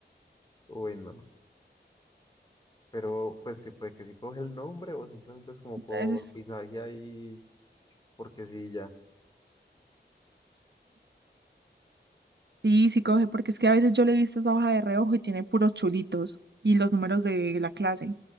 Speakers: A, on the left (about 25°); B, on the right (about 70°).
A: Uy, no. Pero pues sí, puede que si coge el nombre o simplemente es como
B: Entonces,
A: por pisaje ahí, porque sí, ya.
B: sí, sí coge, porque es que a veces yo le he visto esa hoja de reojo y tiene puros chulitos y los números de la clase.